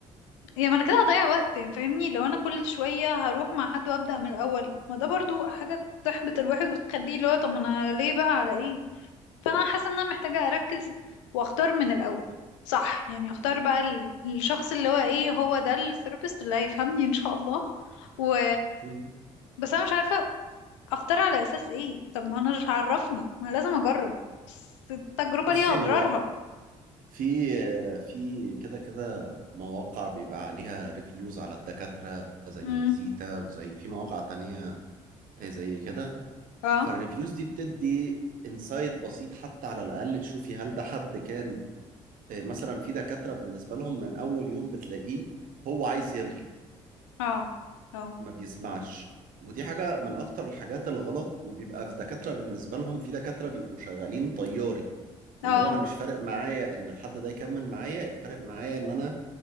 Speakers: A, on the left; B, on the right.
A: يعني ما أنا كده هضيع وقت يعني فاهمني لو أنا كل شوية هروح مع حد وأبدأ من الأول ما ده برضو حاجة تحبط الواحد وتخليه اللي هو طب ما أنا ليه بقى على إيه فانا حاسه ان انا محتاجه اركز واختار من الاول صح يعني اختار بقى ال- الشخص اللي هو ايه هو ده الثيرابيست اللي هيفهمني ان شاء الله و
B: مم.
A: بس انا مش عارفه اختار على اساس ايه طب ما انا مش عرفني ما أنا لازم اجرب بس التجربه
B: بصي
A: ليها اضرارها
B: هو في في كده كده مواقع بيبقى عليها ريفيوز على الدكاترة زي
A: امم
B: فيزيتا وزي في مواقع تانية زي كده
A: اه
B: فالريفيوز دي بتدي انسايد بسيط حتى على الاقل تشوفي هل ده حد كان آه، مثلا في دكاترة بالنسبة لهم من اول يوم بتلاقيه هو عايز يرغي
A: اه اه
B: ما بيسمعش ودي حاجة من أكتر الحاجات الغلط وبيبقى في دكاترة بالنسبة لهم في دكاترة بيبقوا شغالين طياري
A: اه
B: اللي هو أنا مش فارق معايا إن الحد ده يكمل معايا الفارق معايا إن أنا